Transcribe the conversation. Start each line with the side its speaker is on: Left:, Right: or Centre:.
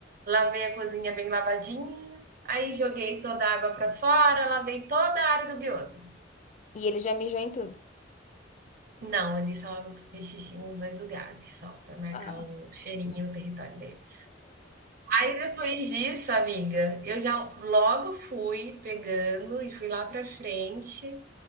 Right: Lavei a cozinha bem lavadinha, aí joguei toda a água para fora, lavei toda a área do guioso.
Left: E ele já mijou em tudo.
Right: Não, ele só fez xixi nos 2 lugares, só para marcar
Left: Ah.
Right: o cheirinho e o território dele. Aí depois disso, amiga, eu já logo fui pegando e fui lá pra frente,